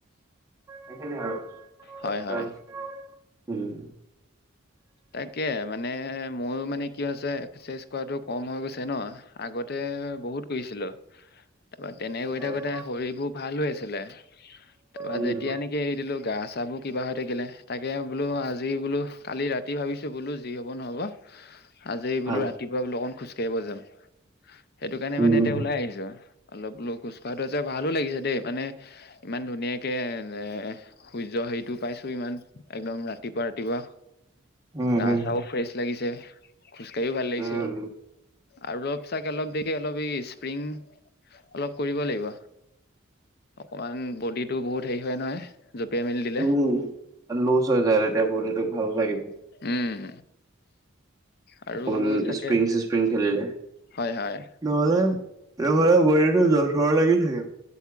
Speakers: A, on the right; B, on the left.
A: সেইখিনিয়ে আৰু তাৰপিছত
B: হয়, হয়।
A: উম
B: তাকে মানে মোৰ মানে কি হৈছে, এক্সাৰচাইজ কৰাটো কম হৈ গৈছে ন আগতে তে বহুত কৰিছিলোঁ শ, তাৰপা তেনে কৰি
A: উম
B: থাকোঁতে শৰীৰবোৰ ভাল হৈ আছিল ছিলে, তাৰপৰা
A: উম।
B: যেতিয়া নেকি এৰি দিলোঁ, গা- চা বোৰ কিবা হৈ থাকিলে, তাকে বোলো আজি বোলো কালি ৰাতি ভাবিছোঁ বোলো যি হব ন'হব আজি বোলো
A: হয়,
B: ৰাতিপুৱা বোলো অকন খোজকাাঢ়িব যাম। সেইটো কাৰণে
A: উম।
B: মানে এতিয়া ওলাই আহিছোঁ আৰু, ‌অলপ লোক কোজকঢ়াটো যে আছে ভালো লাগিছে দেই, ‌মানে ইমান ধুনীয়াকে এ সূৰ্য হেৰিটোও পাইছোঁ ইমান শ, একদম ৰাতিপুৱা ৰাতিপুৱা
A: উম,
B: গা
A: উম।
B: -চাও ফ্ৰেছ লাগিছে। খোজ কাঢ়িও ভাল লাগিছে।
A: উম,
B: আৰু অলপ চাগে অলপ দেৰিকে অলপ এই স্প্ৰিং অলপ কৰিব লাগিব অকমান বডিটো বহুত হেৰি হয় নহয়, জঁপিয়াই মেলি
A: উম।
B: দিলে।
A: লুজ হৈ যায় তেতিয়া বডিটো ভাল লাগিব।
B: উম। আৰু
A: অ'
B: চাগে
A: স্প্ৰিং স্প্ৰিং খেলিলে।
B: হয়, হয়।
A: নহ'লে, নহ'লে বডীটো জথৰ লাগি থাকে।